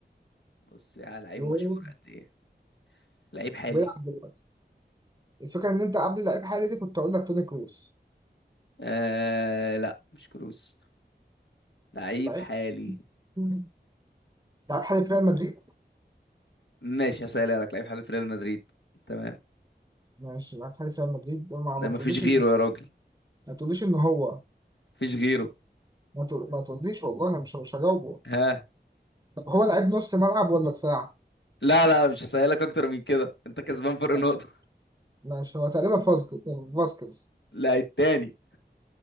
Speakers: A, on the left; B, on the right.
A: بص يا لعيب
B: يورو
A: مشهور قد ايه لعيب حالي
B: بيلعب دلوقتي الفكره ان انت قبل لعيب حالي دي كنت اقول لك توني كروس
A: آه لا مش كروس لعيب
B: لعيب
A: حالي
B: مم. لعيب حالي في ريال مدريد
A: ماشي هسألها لك لعيب حالي في ريال مدريد تمام
B: ماشي لعيب حالي في ريال مدريد ما,
A: ده
B: ما
A: مفيش
B: تقوليش
A: غيره يا راجل
B: ما تقوليش ان هو
A: مفيش غيره
B: ما, تقول... ما تقوليش والله مش مش هجاوبه
A: ها
B: طب هو لعيب نص ملعب ولا دفاع؟
A: لا لا مش هسألك اكتر من كده انت كسبان فرق
B: ماشي
A: نقطة
B: ماشي، هو تقريبا فاسكيز فاسكيز
A: <laughs> لا التاني